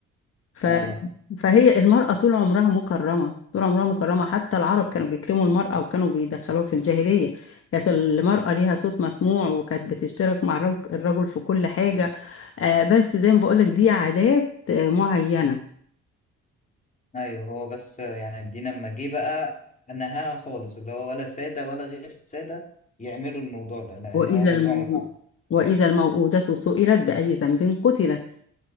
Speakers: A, on the left; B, on the left.
A: ف...
B: اه
A: فهي المرأة طول عمرها مكرمة طول عمرها مكرمة حتى العرب كانوا بيكرموا المرأة وكانوا بيدخلوها في الجاهلية كانت المرأة ليها صوت مسموع وكانت بتشترك مع الرج- الرجل في كل حاجة آه، بس زي ما بقولك دي عادات آه، معينة
B: ايوه هو بس يعني الدين لما جه بقى نهاها خالص اللي هو ولا سادة ولا غير سادة يعملوا الموضوع ده لان
A: وإذا
B: هو موضوع
A: الم...
B: محرم
A: وإذا الموءودة سئلت بأي ذنب قتلت